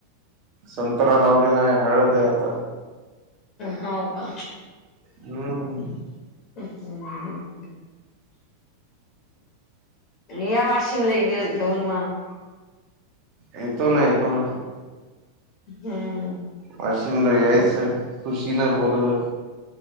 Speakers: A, on the right (about 40°); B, on the left (about 35°).
A: संतरा लावलेला आहे, हळद आहे आता.
B: हो का?
A: हम्म.
B: अं हम्म, हम्म. या वाशिमला एक दिवस घेऊन मग.
A: येतो ना, येतो ना.
B: हम्म.
A: वाशिमला यायचंय खुशीन बोलवलं.